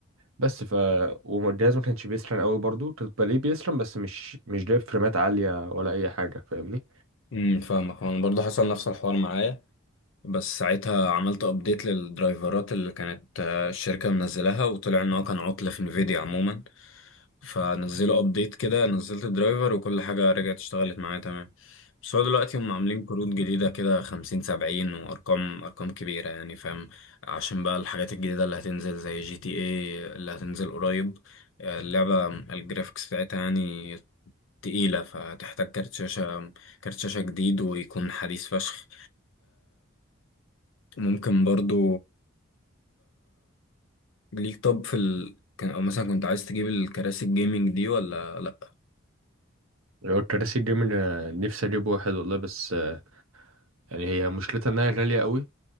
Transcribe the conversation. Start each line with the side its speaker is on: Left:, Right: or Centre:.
Right: بس ف والجهاز ما كانش بيسخن قوي برضو كنت بلاقيه بيسخن بس مش مش جايب فريمات عالية ولا أي حاجة فاهمني
Left: امم فاهمك انا برضه حصل نفس الحوار معايا بس ساعتها عملت ابديت للدرايفرات اللي كانت آه، الشركة منزلاها وطلع ان هو كان عطل في انفيديا عموما فنزلوا ابديت كده نزلت الدرايفر وكل حاجة رجعت اشتغلت معايا تمام بس هو دلوقتي هم عاملين كروت جديدة كده خمسين سبعين وأرقام أرقام كبيرة يعني فاهم عشان بقى الحاجات الجديدة اللي هتنزل زي جي تي اي اللي هتنزل قريب آه، اللعبة الجرافيكس بتاعتها يعني تقيلة فتحتاج كارت شاشة كارت شاشة جديد ويكون حديث فشخ ممكن برضو ليك طب في ال... كان او مثلا كنت عايز تجيب الكراسي الجيمنج دي ولا لا
Right: لو الكراسي الجيمنج أنا نفسي أجيب واحد والله بس آه، يعني هي مشكلتها إنها غالية قوي